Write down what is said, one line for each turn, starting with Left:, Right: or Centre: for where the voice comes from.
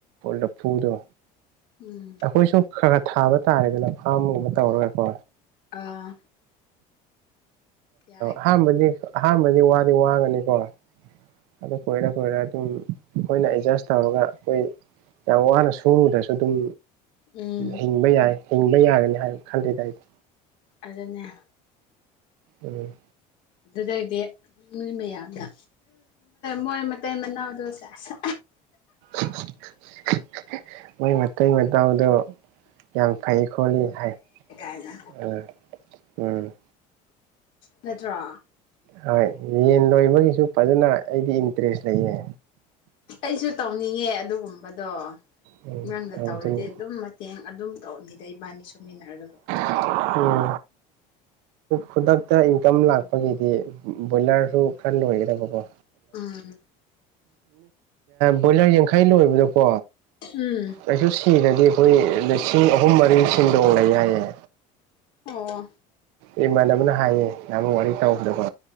Right: ꯂꯐꯨꯗꯣ
Left: ꯎꯝ
Right: ꯑꯩꯈꯣꯏꯁꯨ ꯈꯔ ꯈꯔ ꯊꯥꯕ ꯇꯥꯔꯦꯗꯅ ꯐꯥꯝꯒꯨꯝꯕ ꯇꯧꯔꯒꯀꯣ
Left: ꯑꯥ ꯌꯥꯏ
Right: ꯑꯍꯥꯟꯕꯗꯤ ꯑꯍꯥꯟꯕꯗꯤ ꯋꯥꯗꯤ ꯋꯥꯒꯅꯤꯀꯣ ꯑꯗꯨ ꯀꯣꯏꯔ ꯀꯣꯏꯔ ꯑꯗꯨꯝ ꯑꯩꯈꯣꯏꯅ ꯑꯦꯠꯖꯁ ꯇꯧꯔꯒ ꯑꯩꯈꯣꯏ ꯌꯥꯝ ꯋꯥꯅ ꯁꯨꯔꯨꯗ꯭ꯔꯁꯨ ꯑꯗꯨꯝ
Left: ꯎꯝ
Right: ꯍꯤꯡꯕ ꯌꯥꯏ ꯍꯤꯡꯕ ꯌꯥꯒꯅꯤ ꯍꯥꯏꯕ ꯈꯜꯂꯤꯗ ꯑꯩꯗꯤ
Left: ꯑꯗꯨꯅꯦ
Right: ꯎꯝ
Left: ꯑꯗꯨꯗꯩꯗꯤ ꯃꯤ ꯃꯌꯥꯝꯗ ꯃꯣꯏ ꯃꯇꯩ ꯃꯅꯥꯎꯗꯣ ꯁꯦꯁ
Right: <unintelligible> ꯃꯣꯏ ꯃꯇꯩ ꯃꯇꯥꯎꯗꯣ ꯌꯥꯝ ꯐꯩ ꯈꯣꯠꯂꯤ ꯍꯥꯏ
Left: ꯑꯂ
Right: ꯎꯝ ꯎꯝ
Left: ꯅꯠꯇ꯭ꯔꯥ
Right: ꯍꯣꯏ ꯌꯦꯟ ꯂꯣꯏꯕꯒꯤꯁꯨ ꯐꯖꯅ ꯑꯩꯗꯤ ꯏꯟꯇꯔꯦꯁ ꯂꯩꯌꯦ
Left: ꯑꯩꯁꯨ ꯇꯧꯅꯤꯡꯉꯦ ꯑꯗꯨꯒꯨꯝꯕꯗꯣ
Right: ꯎꯝ
Left: ꯅꯪꯅ
Right: ꯇꯧꯗꯣꯏꯅꯤ
Left: ꯇꯧꯔꯗꯤ ꯑꯗꯨꯝ ꯃꯇꯦꯡ ꯑꯗꯨꯝ ꯇꯧꯔꯅꯤꯗ ꯏꯕꯥꯅꯤ ꯁꯨꯃꯤꯟꯅꯔꯒ ꯂꯣꯏꯔꯦ
Right: ꯎꯝ ꯈꯨꯗꯛꯇ ꯏꯟꯀꯝ ꯂꯥꯛꯄꯒꯤꯗꯤ ꯕꯣꯏꯂꯔꯁꯨ ꯈꯔ ꯂꯣꯏꯒꯗꯕꯀꯣ
Left: ꯎꯝ
Right: ꯕꯣꯏꯂꯔ ꯌꯥꯡꯈꯩ ꯂꯣꯏꯕꯗꯣ ꯀꯣ
Left: ꯎꯝ
Right: ꯑꯩꯁꯨ ꯁꯤꯔꯗꯤ ꯑꯩꯈꯣꯏ ꯂꯤꯁꯤꯡ ꯑꯍꯨꯝ ꯃꯔꯤ ꯊꯁꯤꯡꯗꯣꯡ ꯂꯩ ꯍꯥꯏꯌꯦ
Left: ꯍ
Right: ꯑꯩ ꯏꯃꯥꯟꯅꯕꯅ ꯍꯥꯏꯌꯦ ꯅꯍꯃ ꯋꯥꯔꯤ ꯆꯥꯎꯕꯗꯀꯣ